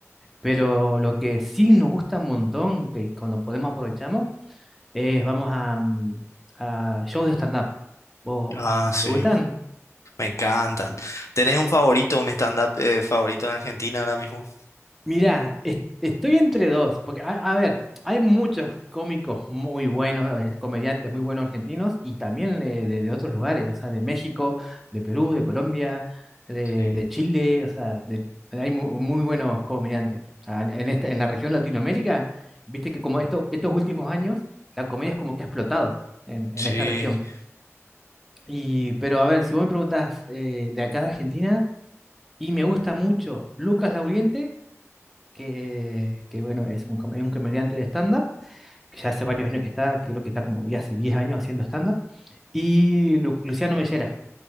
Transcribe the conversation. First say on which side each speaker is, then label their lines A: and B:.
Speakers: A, in the centre; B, on the left.
A: pero lo que sí nos gusta un montón, que cuando podemos aprovechamos, es vamos a, mm, a shows de stand-up. ¿Vos-
B: Ah, sí.
A: ¿Te gustan?
B: Me encantan. ¿Tenés un favorito, un stand-up eh, favorito en Argentina ahora mismo?
A: Mirá, es- estoy entre dos, porque a, a ver, hay muchos cómicos muy buenos, eh, comediantes muy buenos argentinos y también eh, de, de otros lugares, o sea, de México, de Perú, de Colombia, de,
B: Sí,
A: de Chile, o sea, de- hay mu- muy, buenos comediantes. O sea, en esta, en la región Latinoamérica, viste que como esto, estos últimos años, la comedia es como que ha explotado en,
B: sí,
A: en esta región. Y, pero a ver, si vos me preguntás eh, de acá de Argentina, y me gusta mucho Lucas Lauriente que, que, bueno, es un, com- es un comediante de stand-up, que ya
B: Ujú.
A: hace varios años que está, que creo que está como ya hace 10 años haciendo stand-up, y Lu- Luciano Mellera,